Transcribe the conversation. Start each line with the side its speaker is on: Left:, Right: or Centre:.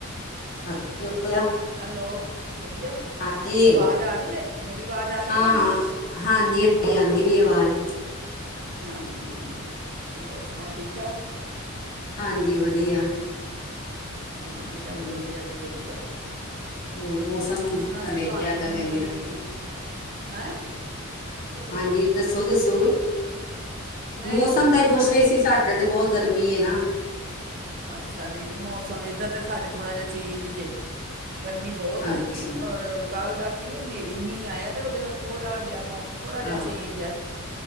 Left: <unintelligible> ਵਧੀਆ।
Right: ਹੈਲੋ। ਵਧੀਆ,
Left: ਹਾਂਜੀ
Right: ਆਵਾਜ਼ ਆ ਰਹੀ ਮੇ ਮੇਰੀ ਆਵਾਜ਼ ਆ ਰਹੀ
Left: ਹਾਂ
Right: ਤੁਹਾਨੂੰ?
Left: ਹਾਂ ਹਾਂਜੀ ਹਾਂਜੀ ਆਉਂਦੀ
Right: ਹਾਂ।
Left: ਵੀ ਆਵਾਜ਼
Right: ਹਾਂਜੀ-ਹਾਂਜੀ। <unintelligible> ਹੋਰ ਸੁਣਾਓ, ਠੀਕ ਠਾਕ।
Left: ਹਾਂਜੀ, ਵਧੀਆ।
Right: ਹਾਂ, ਮੇਰਾ
Left: ਹੋਰ
Right: ਵੀ ਵਧੀਆ ਜੀ ਵਧੀਆ।
Left: ਹੋਰ ਮੌਸਮ
Right: ਮੈਂ ਪੁੱਛਨਾ
Left: ਤੁਹਾਡੇ
Right: ਸੀ ਤੁਹਾਨੂੰ
Left: ਸ਼ਹਿਰ ਦਾ ਕਿੰਜ
Right: ਭਈ,
Left: ਦਾ
Right: ਹੈਂ?
Left: ਹਾਂਜੀ ਦੱਸ ਦੱਸੋ-ਦੱਸੋ
Right: ਕੀ ਕ ਮੈਂ
Left: ਮੌਸਮ
Right: ਇਹੀ ਕੁਛ
Left: ਦਾ
Right: ਪੁੱਛਣਾ
Left: ਹੀ ਪੁੱਛ ਰਹੀ ਸੀ ਸਾਡੇ ਤੇ ਬਹੁਤ ਗਰਮੀ ਏ ਨਾ।
Right: ਅੱਛਾ, ਨਹੀਂ-ਨਹੀਂ ਮੌਸ ਸਮ ਇਧਰ ਤੇ ਸਾਡ ਥੋੜ੍ਹਾ ਜਾ ਚੇਂਜ ਜੇ, ਗਰਮੀ ਬਹੋਤ
Left: ਅੱਛਾ
Right: ਸੀਗੀ ਔਰ ਕੱਲ੍ਹ ਦਾ ਠੀਕ ਐ ਹਨੇਰੀ ਮੀਹ ਆਇਆ ਤੇ ਉਹਦੇ ਨਾਲ ਥੋੜਾ, ਜਿਹਾ ਥੋੜਾ ਜਿਹਾ
Left: ਹੈਲੋ
Right: ਚੇਂਜ ਐ।